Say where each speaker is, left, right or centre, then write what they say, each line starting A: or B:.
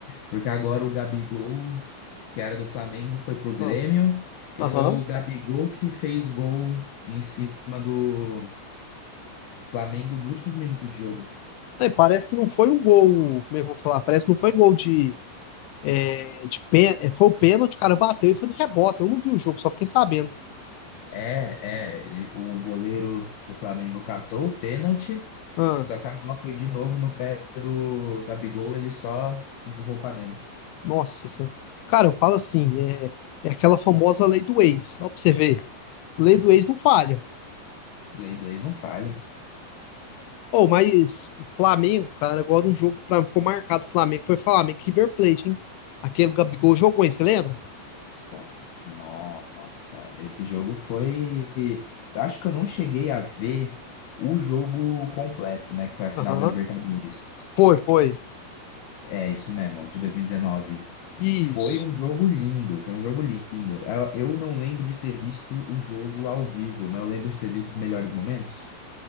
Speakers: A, on the left; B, on the left.
A: Porque agora o Gabigol, que era do Flamengo, foi pro Grêmio.
B: Ah,
A: E
B: Aham.
A: foi o Gabigol que fez gol em cima do Flamengo nos últimos minutos de jogo.
B: É, parece que não foi um gol, como é que eu vou falar? Parece que não foi gol de, é, de pên- é, foi o pênalti, o cara bateu e foi no rebote. Eu não vi o jogo, só fiquei sabendo.
A: É, é, ele- o goleiro do Flamengo catou o pênalti,
B: Ah,
A: só que a bola foi de novo no pé do Gabigol, ele só empurrou pra dentro.
B: nossa, senhora. cara, eu falo assim, é, é aquela famosa lei do ex, só pra você ver. Lei do ex não falha.
A: Lei 2 não falha.
B: Oh, mas Flamengo, cara, agora um jogo que pra mim ficou marcado, Flamengo, foi Flamengo e River Plate, hein? Aquele Gabigol jogou, hein, você lembra?
A: Nossa, nossa, esse jogo foi. Eu acho que eu não cheguei a ver o jogo completo, né? Que foi a final
B: Aham.
A: da Libertadores.
B: Foi, foi.
A: É, isso mesmo, de 2019.
B: Isso,
A: Foi um jogo lindo, foi um jogo lindo. Eu, eu não lembro de ter visto o jogo ao vivo, mas eu lembro de ter visto os melhores momentos.